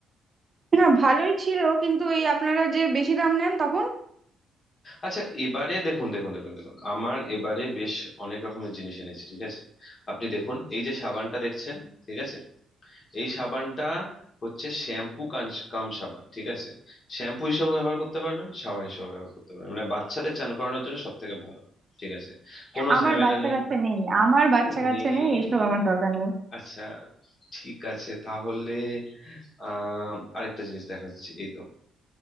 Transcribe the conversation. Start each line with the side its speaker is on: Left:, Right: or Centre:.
Right: না ভালোই ছিল কিন্তু এই আপনারা যে বেশি দাম নেন তখন
Left: আচ্ছা এবারে দেখুন দেখুন দেখুন দেখুন আমার এবারে বেশ অনেক রকমের জিনিস এনেছি ঠিক আছে আপনি দেখুন এই যে সাবানটা দেখছেন ঠিক আছে এই সাবানটা হচ্ছে শ্যাম্পু কান কাম সাবান ঠিক আছে শ্যাম্পু হিসেবে ব্যবহার করতে পারবেন সাবান হিসেবে ব্যবহার করতে পারবেন মানে বাচ্চাদের চান করানোর জন্য সব থেকে ভালো ঠিক আছে কোনো
Right: আমার
Left: ঝামেলা
Right: বাচ্চা
Left: নেই
Right: কাচ্চা নেই আমার বাচ্চা
Left: নেই
Right: কাচ্চা নেই এইসব আমার দরকার নেই
Left: আচ্ছা ঠিক আছে তাহলে আহ আরেকটা জিনিস দেখাচ্ছি এই তো